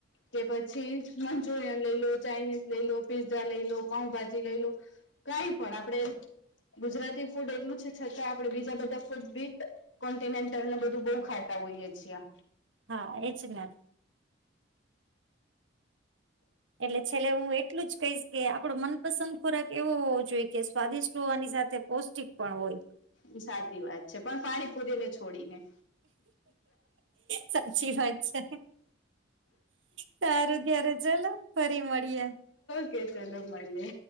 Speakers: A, on the left (about 80°); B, on the right (about 85°).
A: કે પછી મંચુરિયન લઈ લો, ચાાઈનીઝ લઈ લો, પીઝા લઈ લો, પાંઉભાજી લઈ લો કાંઈપણ. આપણેે ગુજરાતી ફૂડ એટલું છે, છતાં આપણેે બીજા બધા ફૂડ બી કોન્ટિનેન્ટલને બધુ બહુ ખાતા હોઈએ છીએ.
B: હા એ જ ને. એટલે છેલ્લે હું એટલું જ કહીશ, કે આપણો મનપસંદ ખોરાક એવો હોવો જોઈ, કે સ્વાદિષ્ટ હોવાની સાથે પૌષ્ટિક પણ હોય.
A: ઈ સાચી વાત છે. પણ પાણી પૂરીને છોડીને.
B: સાચી વાત છે. સારું ત્યારે ચલો ફરી મળીએ.
A: ઓકે ચલો મળીએ.